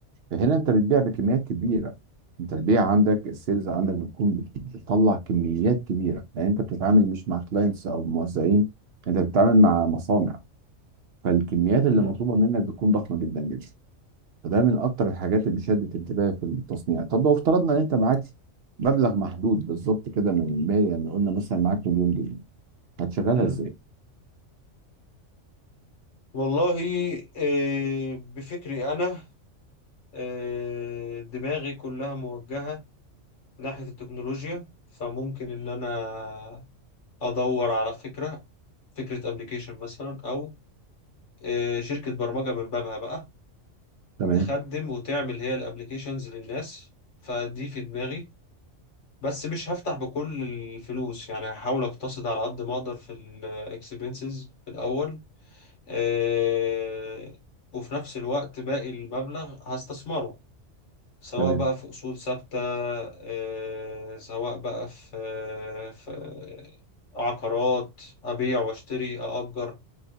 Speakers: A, on the right (about 60°); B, on the left (about 70°).
A: فهنا انت بتبيع بكميات كبيرة انت البيع عندك السيلز عندك بتكون بت- بتطلع كميات كبيرة لان انت بتتعامل مش مع كلاينتس او موزعين انت بتتعامل مع مصانع فالكميات اللي
B: مم.
A: مطلوبة منك بتكون ضخمة جدا جدا فده من اكتر الحاجات اللي شدت انتباهي في التصنيع طب لو افترضنا ان انت معاك مبلغ محدود بالظبط كده من المال يعني قلنا مثلا معاك مليون جنيه هتشغلها
B: مم.
A: ازاي
B: والله آه، بفكري أنا آه، دماغي كلها موجهة ناحية التكنولوجيا فممكن إن أنا أدور على فكرة فكرة أبليكيشن مثلا أو آه، شركة برمجة من بابها بقى
A: تمام
B: تخدم وتعمل هي الأبليكيشنز للناس فدي في دماغي بس مش هفتح بكل الفلوس يعني هحاول أقتصد على قد ما أقدر في الإكسبنسز في الأول آه، وفي نفس الوقت باقي المبلغ هستثمره سواء
A: تمام
B: بقى في أصول ثابتة آه، سواء بقى في آه، في عقارات أبيع وأشتري أأجر